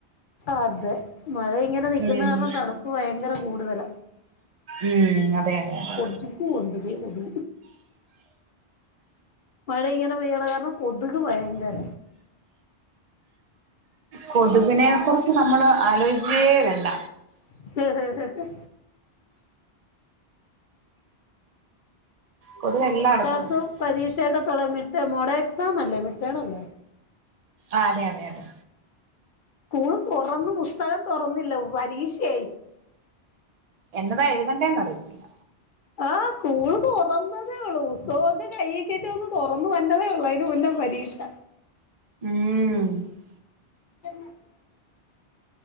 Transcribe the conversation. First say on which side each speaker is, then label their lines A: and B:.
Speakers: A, on the left; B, on the right.
A: അതെ മഴ ഇങ്ങനെ നിക്കുന്ന
B: ഉം
A: കാരണം ത ണുപ്പ് ഭയങ്കര കൂടുതല
B: ഉം അതെ അതെ അതെ
A: കൊതൂണ്ട് തേ കൊതു മഴ ഇങ്ങനെ പെയ്യണ കാരണം കൊതുക് ഭയങ്കര
B: കൊതുകിനെ കുറിച്ച് നമ്മള് ആലോയ്ക്കേ വേണ്ട
A: ഭയങ്കരം
B: കൊതുക്
A: മൂത്താക്ക്
B: എല്ലായിടത്തും ഉണ്ട്
A: പരീക്ഷയൊക്കെത്തടെ മിഡ് ടേം മോഡൽ എക്സാം അല്ലേ മിഡ് ടേം അല്ലേ
B: ആഹ് അതെ അതെ അതെ
A: സ്കൂള് തുറന്ന്‌ പുസ്തകം തൊറന്നില്ല പരീക്ഷയായി
B: എന്നതാ എഴുതണ്ടേന്ന് അറിയത്തില്ല
A: ആഹ് സ്കൂള് തുറന്നതേ ഉള്ളൂ പുസ്തവോക്കെ കൈയ്യി കിട്ടി ഒന്ന് തൊറന്നു വരുന്നതേ ഉള്ളു അയ്ന് മുന്നേ പരീ രീക്ഷ
B: ഉം ഉം
A: <unintelligible>